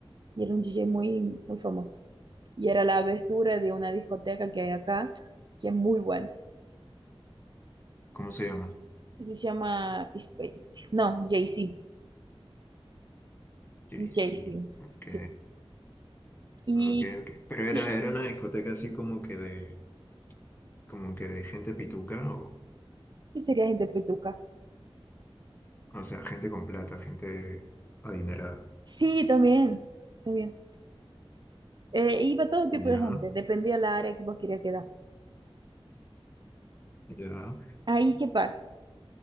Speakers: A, on the right (about 50°); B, on the left (about 20°).
A: y era un DJ muy, muy famoso. Y era la abertura de una discoteca que hay acá, que es muy buena.
B: ¿Cómo se llama?
A: y Se llama Space, no, JC,
B: sí, sí.
A: JC,
B: ok,
A: sí. Y,
B: ok, ok. Pero era,
A: <laughs>
B: era una discoteca así como que de... como que de gente pituca, o,
A: y sería gente petuca.
B: o sea, gente con plata, gente adinerada.
A: Sí, también, también. Eh, iba todo tipo
B: Ya,
A: de gente, dependía la área que vos querías quedar.
B: ya,
A: Ahí, ¿qué pasa?